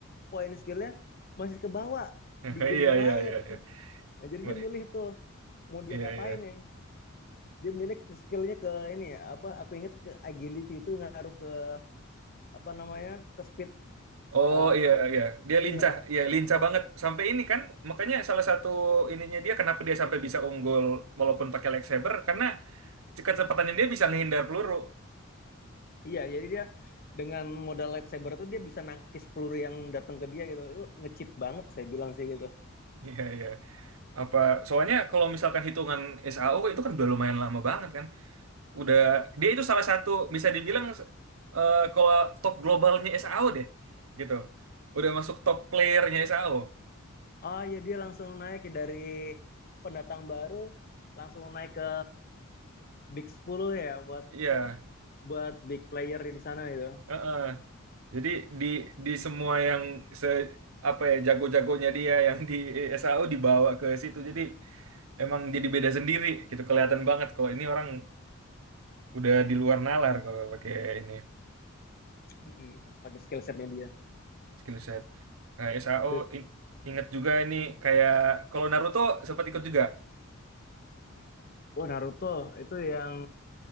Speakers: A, on the left; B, on the right.
A: poin skillnya masih ke bawah
B: <laughs> Iya
A: di game yang
B: iya
A: lain
B: iya iya.
A: Nah, jadi
B: Ma-
A: dia milih tuh mau diapain
B: Iya iya.
A: ya. Dia milih skillnya ke ini ya, apa aku ingat ke agility itu ngaruh ke apa namanya ke speed
B: Oh
A: eh,
B: iya iya, dia lincah,
A: dia.
B: iya lincah banget. Sampai ini kan, makanya salah satu ininya dia kenapa dia sampai bisa unggul walaupun pakai lightsaber karena kecepatannya dia bisa ngehindar peluru.
A: Iya, jadi dia dengan modal lightsaber itu dia bisa nangkis peluru yang datang ke dia gitu. Itu ngecip banget saya bilang sih gitu.
B: Iya iya. Apa soalnya kalau misalkan hitungan SAO itu kan udah lumayan lama banget kan. Udah dia itu salah satu bisa dibilang eh, kalau top globalnya SAO deh gitu. Udah masuk top playernya SAO.
A: Oh iya dia langsung naik ya dari pendatang baru langsung naik ke Big 10 ya buat
B: Iya,
A: apa buat big player di sana gitu.
B: heeh. Jadi di di semua yang se apa ya jago-jagonya dia yang di SAO dibawa ke situ. Jadi emang jadi beda sendiri gitu kelihatan
A: Hmm.
B: banget kalau ini orang udah di luar nalar kalau pakai ini
A: Hmm. Pakai skill setnya dia.
B: skill set. Nah, SAO in-
A: Eh,
B: ingat juga ini kayak kalau Naruto sempat ikut juga.
A: Oh Naruto itu yang